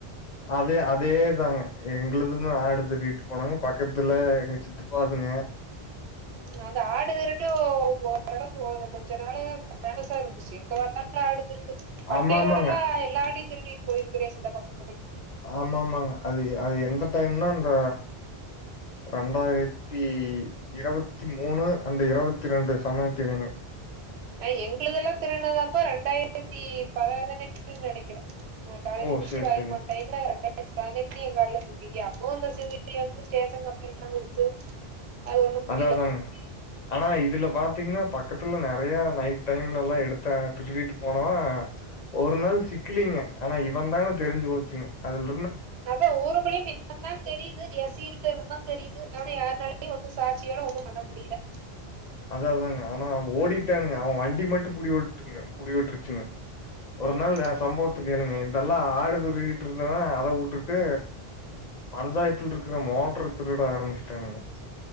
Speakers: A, on the left (about 55°); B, on the right (about 80°).
A: அதே அதேதாங்க எங் க்ளுதுமே ஆடு தட்டிட்டு போனாங்க பக்கத்துல எங்க சித்தபாதுங்க
B: ம் அந்த ஆடு விருட்டோ ஓரளவுக்கு கொ கொஞ்ச நாளா பேமஸா இருந்துச்சு எங்க பாத்தாலு ல்ல ஆடு திருடு பண்னையோடல்லா
A: ஆமா, ஆமாங்க.
B: எல்லா ஆட்டையு திருடிட்டு போயிருக்குதே சில பக்க
A: ஆமாமாங்க அது அது எந்த டைம்னா அந்த ரெண்டாயிரத்தி இருவத்தி மூணு அந்த இருவத்தி ரெண்டு சமயத்தில் நீங்க
B: நா எங்களுதெல்லா திருனதாப்போ ரெண்டாயிரத்தி பதுனெட்டு நெனக்குறே நா காலேஜ்
A: ஓ!
B: முடுச்சுட்டு
A: சரி,
B: வேலக்கி
A: சரி.
B: போன டைம்ல ரெண்டாயிரத் பதுனெட் எங்க காட்ல துப்பிட்டியா அப்போ சிந்தனை வந்து ஸ்டேஷன் கம்ப்ளைண்ட்லா குடுத்து அது ஒண்ணும் முடியல
A: அதாதாங்க ஆனா இது இதுல பாத்தீங்கன்னா பக்கத்துல நெறயா நைட் டைம்லல்லா எடுத்தா திருடிட்டு போனவெ ஒரு ஒரு நாள் சிக்கலீங்க ஆனா இவந்தானு தெருஞ்சு போச்சுங்க அதில்
B: அதா ஊருக்குல்லயு இவன் தா தெரியுது யஸ் சீல் இவன்தா தெரியுது ஆனா யார்னாலயு ஒன்னு சாட்சியோட ஒண்ணும் பண்ண முடியல
A: அத தாங்க ஆனா ஓடிட்டானுங்க அவன் வண்டி மட்டு புடி ஓட்டுங்க புடிவட்ருச்சுங்க ஒரு
B: ம்
A: நாள் ஏ சம்பவத்துக் கேளுங்க எ இதல்லா ஆடு திருடிகிட்டு இருந்தனா அத விட்டுட்டு பஞ்சாயத்துல இருக்குற மோட்ரு ட்ரு திருட ஆரம்பிச்சுட்டானுங்க